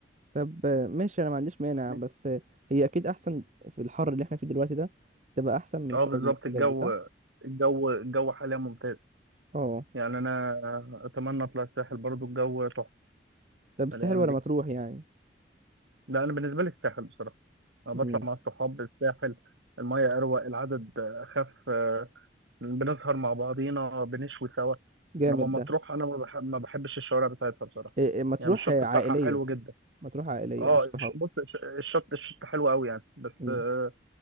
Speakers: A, on the right; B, on the right.
A: طب آه، ماشي انا ما عنديش مانع
B: فاهمني؟
A: بس آه، هي اكيد احسن في الحر اللي احنا فيه دلوقتي ده تبقى احسن من
B: أه
A: شرم
B: بالظبط
A: والحاجات
B: الجو
A: دي صح
B: الجو الجو حاليا ممتاز
A: اه
B: يعني أنا آه، أتمنى أطلع الساحل برضو الجو تحفة
A: طب الساحل
B: الأيام
A: ولا
B: دي
A: مطروح يعني
B: لا أنا بالنسبة لي الساحل بصراحة أنا
A: امم
B: بطلع مع الصحاب الساحل المية أروق العدد أخف بنسهر مع بعضينا بنشوي سوا
A: جامد
B: انما مطروح
A: ده
B: انا ما بحب ما بحبش الشوارع بتاعتها بصراحه
A: إيه- إيه، مطروح
B: يعني الشط
A: آه،
B: بتاعها
A: عائليه
B: حلو جدا
A: مطروح عائليه
B: اه
A: مش صحاب
B: الش- بص الش- الشط الشط حلو قوي يعني بس
A: امم
B: آه،